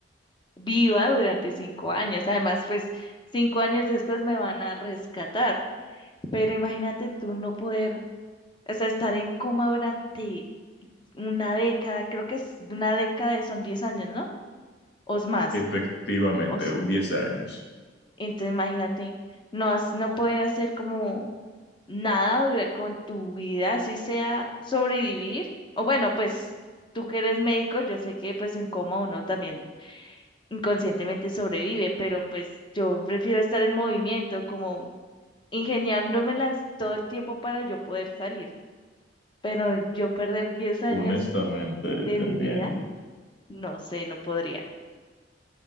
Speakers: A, on the left; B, on the left.
A: viva durante cinco años. Además, pues cinco años después me van a rescatar. Pero imagínate tú no poder, o sea, estar en coma durante una década, creo que es una década, de- son 10 años, ¿no? O es más.
B: efectivamente,
A: O s-
B: 10 años.
A: entonces imagínate, no, has- no poder hacer como nada dura- con tu vida, así sea sobrevivir. O bueno, pues tú que eres médico, yo sé que pues en coma uno también inconscientemente sobrevive, pero pues yo prefiero estar en movimiento, como ingeniándomelas todo el tiempo para yo poder salir. pero yo perder diez años
B: Honestamente,
A: de
B: te
A: mi
B: entiendo.
A: vida, no sé, no podría.